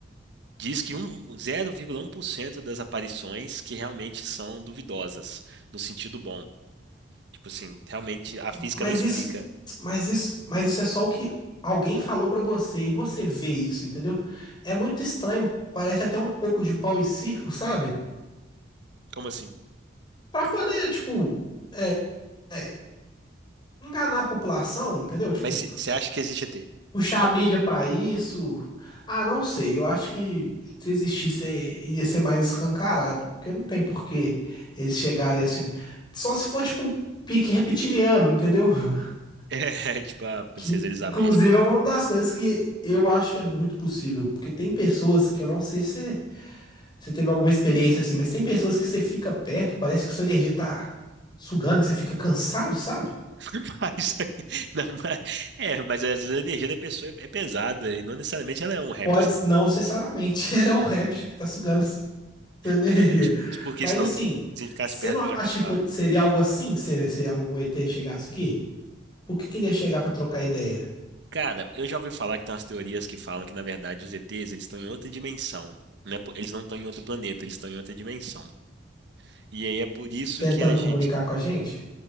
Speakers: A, on the right; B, on the left.
A: diz que um, zero vírgula um por cento das aparições que realmente são duvidosas, no sentido bom. Tipo assim, realmente a física
B: Mas
A: não explica.
B: isso, mas isso, mas isso é só o que alguém falou pra você e você vê isso, entendeu? É muito estranho, parece até um pouco de pau em circo, sabe?
A: Como assim?
B: Pra poder, tipo. é, é, enganar a população, entendeu? Tipo,
A: Mas você acha que existe E t
B: puxar a mídia pra isso. Ah, não sei. Eu acho que se existisse ia ser mais escancarado, porque não tem por que eles chegarem assim. Só se for tipo um pique reptiliano, entendeu? <laughs>
A: É, <laughs> tipo a princesa
B: Que
A: Elizabeth,
B: inclusive
A: que eles
B: é
A: falam.
B: uma das coisas que eu acho que é muito possível, porque tem pessoas que eu não sei se você teve alguma experiência assim, mas tem pessoas que você fica perto, parece que sua energia tá sugando, que você fica cansado, sabe?
A: <laughs> Mas, aí- não, mas, é, mas às vezes a energia da pessoa é, é pesada e não necessariamente ela é um réptil
B: Pode não necessariamente, <laughs> ela é um réptil que tá sugando a sua energia.
A: É, é tipo, porque
B: Mas
A: senão
B: assim,
A: se ficasse
B: você
A: perto
B: não
A: do jacaré.
B: acha que pode- seria algo assim se, se algum ET chegasse aqui? Por que queria chegar pra trocar ideia?
A: Cara, eu já ouvi falar que tem umas teorias que falam que, na verdade, os ETs, eles estão em outra dimensão. Não é po- Eles não estão em outro planeta, eles estão em outra dimensão. E aí é por isso
B: Tentando
A: que a gente.
B: comunicar com a gente?